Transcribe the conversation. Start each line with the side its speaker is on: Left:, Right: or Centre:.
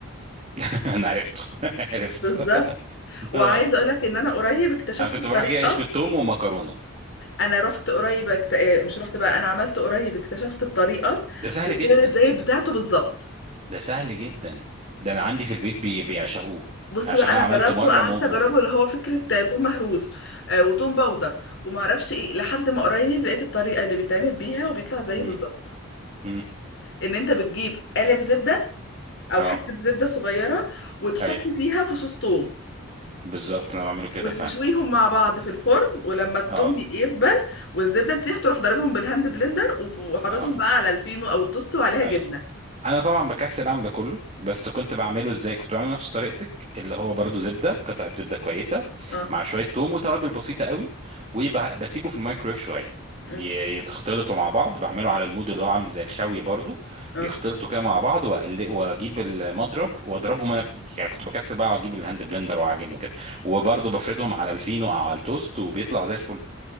Right: <laughs> انا عرفته <laughs> عرفته
Left: بالظبط وعايزه
Right: آه.
Left: اقول لك ان انا قريب اكتشفت
Right: انا كنت
Left: الطريقه
Right: بروح اجيب عيش بالثوم ومكرونه
Left: انا رحت قريب اكت... اه، مش رحت بقى انا عملت قريب اكتشفت الطريقه
Right: ده سهل
Left: وطلعت
Right: جدا
Left: زي بتاعته بالظبط
Right: ده سهل جدا ده انا عندي في البيت بي... بيعشقوه
Left: بص
Right: عشان
Left: بقى
Right: انا
Left: انا
Right: عملته
Left: جربته
Right: مره
Left: قعدت
Right: مبهر
Left: اجربه اللي هو فكره توم مهروس آه، وتوم باودر وما اعرفش ايه لحد ما قريب لقيت الطريقه اللي بيتعمل بيها وبيطلع زيه
Right: امم
Left: بالظبط
Right: امم
Left: ان انت بتجيب قالب زبده او
Right: اه
Left: حته زبده صغيره وتحط
Right: ايوه
Left: فيها فصوص توم
Right: بالظبط انا بعمله كده
Left: وتشويهم
Right: فعلا
Left: مع بعض في الفرن ولما التوم
Right: اه
Left: يدبل والزبده تسيح تروح ضاربهم بالهاند بلندر وف- وحاططهم
Right: اه
Left: بقى على الفينو او التوست وعليها جبنه
Right: ايوه انا طبعا بكسل اعمل ده كله بس كنت بعمله ازاي كنت بعمله نفس طريقتك اللي هو برضو زبده قطعه زبده كويسه
Left: اه
Right: مع شويه توم وتوابل بسيطه قوي وبسيبه في الميكرويف شويه
Left: أمم،
Right: ي- يتخلطوا مع بعض بعمله على المود اللي هو عامل زي الشوي برضو
Left: اه
Right: يختلطوا كده مع بعض واقلق واجيب المضرب واضربهم انا بايدي يعني كنت بكسل بقى واجيب الهاند بلندر واعجن وكده وبرضو بفردهم على الفينو او على التوست وبيطلع زي الفل